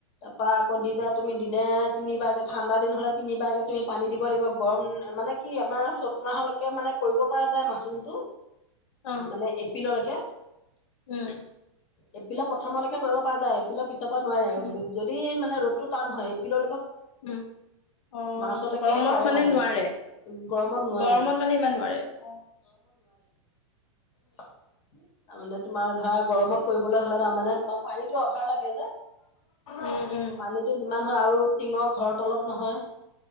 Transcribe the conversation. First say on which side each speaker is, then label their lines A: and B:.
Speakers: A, on the left; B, on the left.
A: ত আকৌ দি পেলাই তুমি দিনে তিনিবাৰ কেে ঠাণ্ডা দিন হলে তিনিবাৰকে তুমি পানী দিব লাগিব গৰম মানে কি আমাৰ চ'ত মাহলৈকে মানে কৰিব পৰা যায় মাচম টো
B: অ
A: মানে এপিলৰলৈকে
B: উম
A: এইপিলা প্ৰথম লাগে । কৰিব পৰা যায় পাক পিছ পৰা নোৱাৰে আৰু
B: উম
A: যদি মানে ৰদত টান হয় এইপিলে
B: উ অ
A: মাৰ্চলৈকেহে
B: গৰমত
A: পাৰে
B: মানে
A: তাৰমানে
B: নোৱাৰে
A: গৰমত নোৱাৰে
B: গৰমত মানে ইমান নোৱাৰে অ ।
A: তাৰ মানে তোমাৰ ধৰা গৰমত কৰিবলৈ হ'লে তাৰানে পাৰীো অভাল লাগে
B: উম উম
A: পানীটো যিমান হয় আৰু টিঙৰ ঘৰত তলত নহয়